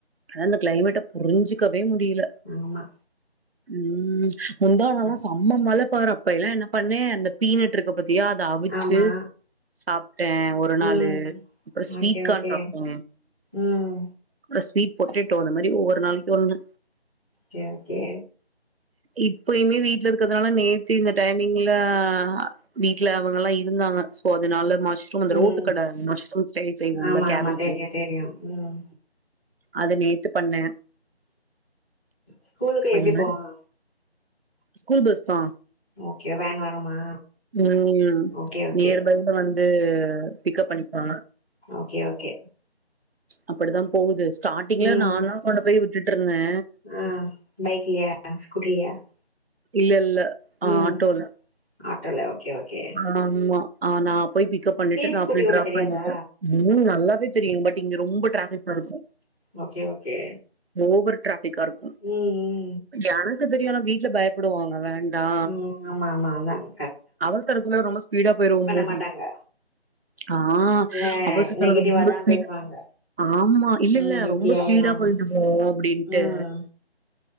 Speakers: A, on the right; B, in the centre.
A: ஆனா இந்த கிளைமேட்ட புரிஞ்சுக்கவே முடியல
B: ஆமா
A: உம் முந்தானல்லாம்
B: அ
A: செம்ம மழ பாரு அப்ப எல்லா என்ன பண்ணே அந்த பீனட்டு இருக்கு பத்தியா அதை அவிச்சு
B: ஆமா
A: சாப்ட்டே ஒரு ஒரு நாளு
B: ம்
A: அப்புற ஸ்வீட
B: ஓகே
A: கான்
B: ஓகே
A: சாப்ட்டோ
B: ம்
A: அப்றோ ஸ்வீட் பொட்டேடோ அந்த மாதிரி ஒவ்வொரு நாளைக்கு ஒன்ணு
B: கே கே
A: இப்பயுமே வீட்ல இருக்கறதுனால நேத் தி இந்த டைமிங்ல அ வீட்ல அவுங்கல்லா இருந்தாங்க சோ அதுனால மஷ் ரூம் அந்த
B: ம்
A: ரோட்டு கட மஷ்ரூம் ஸ்டைல் செய்வோல்ல
B: ஆமா
A: கேபேஜ்ல
B: ஆமா தெரியு தெரியு ம்
A: அது நேத்து பண்ணே
B: ஸ்கூலுக்கு
A: அந்தமாரி
B: எப்டி போவா
A: ஸ்கூல் பஸ்தா
B: ஓகே வேன் வருமா
A: உம்
B: ஓகே ஓகே
A: நியர்பைல வந்து பிக்கப் பண்ணிப்பாங்க
B: ஓக்கே ஓக்கே
A: அப்படித்தா போகுது ஸ்டார்ட்டிங்ல
B: ம்
A: நா தா கொண்டு போய் விட்டுட்டு இருந்தே
B: ஆ பைக்லையா ஸ்கூட்டிலேயா ஆ
A: இல்ல இல்ல ஆ
B: உம்
A: ஆட்டோல
B: ஆட்டலே ஓக்கே ஓக்கே
A: நம்ம ஆனா போய் பிக்ப் பண்ணிட்டு நா
B: ஸ்கூட்டி
A: போய் டிராப்
B: ஓட்ட தெரியாதா
A: பண்ணிட்டு உம் நல்லாவே தெரியு பட் இங்க ரொம்போ டிராபிக் நடக்கு
B: ஓக்கே ஓக்கே
A: ஒவர் ட்ரபிக்கா இருக்கு
B: உம் ம்
A: எனக்கு தெரியும்னா வீட்டுல பயப்படுவாங்க வேண்டா
B: ம் ம் ஆமா ஆமாா அந்தாங்க
A: அவசரத்துல ரொம்போ ஸ்பீடா போயிருவோமோ
B: மாட்டாங்க
A: ஆ
B: இல்ல
A: அவசரோ
B: நெகட்டிவா
A: ரொம்ப
B: தா
A: ஸ்பீடா
B: பேசுவாங்க
A: ஆமா இல்ல
B: ம்
A: இல்ல
B: இப்டி
A: ரொம்போ
B: ஆயிருனு
A: ஸ்பீடா போயட்டோமோ அப்படின்ட்டு
B: ம்